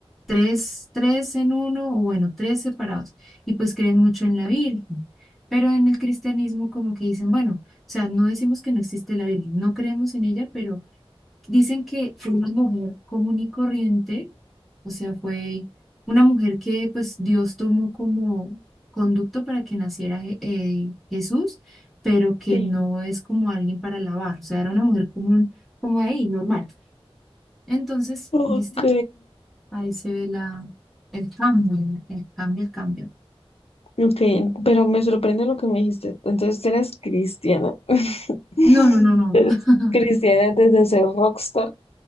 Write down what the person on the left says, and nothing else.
sí.
Ok,
Ok, pero me sorprende lo que me dijiste. Entonces, tú eres cristiana. <laughs>
Eres
cristiana antes de ser rockstar.